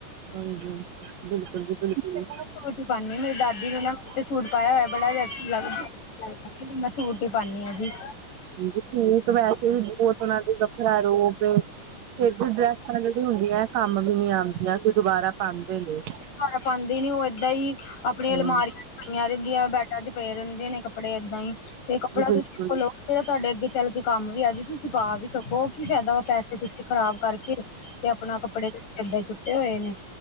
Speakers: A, on the right (about 65°); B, on the left (about 80°).
A: ਹਾਂਜੀ ਬਿਲਕੁਲ ਜੀ ਬਿਲਕੁਲ ਜੀ
B: ਪਾਦੀ ਮੇਰੀ ਦਾਦੀ ਵੀ ਨਾ ਤੇ ਸੂ ਪਾਇਆ ਹੋਇਆ ਬੜਾ ਜ ਲੱਗਦਾ ਸੂਟ ਹੀ ਪਾਨੀ ਆ ਜੀ
A: ਠੀਕ ਵੈਸੇ ਵੀ ਬਹੁਤ ਉਹਨਾਂ ਦੇ ਵੱਖਰਾ ਰੋਪ ਫਿਰ ਜ ਡਰੈਸਾਂ ਜਿਹੜੀ ਹੁੰਦੀਆਂ ਕੰਮ ਵੀ ਨਹੀਂ ਆਉਂਦੀਆਂ ਅਸੀਂ ਦੁਬਾਰਾ ਪਾਉਦੇ ਨੇ
B: ਕਰ ਪਾਉਂਦੇ ਨੀ ਉਹ ਏਦਾਂ ਹੀ ਆਪਣੀ ਅਲਮਾਰੀ
A: ਹਮ
B: ਪਾਈਆਂ ਰਹਿੰਦੀਆਂ ਬੈਡਾ ਚ ਪੇਏ ਰਹਿਦੇ ਨੇ ਕੱਪੜੇ ਏਦਾਂ ਹੀ ਤੇ ਕੱਪੜਾ
A: ਜੀ ਬਿਲਕੁਲ
B: ਤੁਸੀਂ ਲਓ ਜਿਹੜਾ ਤੁਹਾਡੇ ਅੱਗੇ ਚੱਲ ਕੇ ਕੰਮ ਵੀ ਆ ਜੀ ਤੁਸੀਂ ਪਾ ਵੀ ਸਕੋ ਕੀ ਫਾਇਦਾ ਪੈਸੇ ਤੁਸੀਂ ਖ਼ਰਾਬ ਕਰਕੇ ਤੇ ਆਪਣਾ ਕੱਪੜੇ ਏਦਾ ਸੁੱਟੇ ਹੋਏ ਨੇ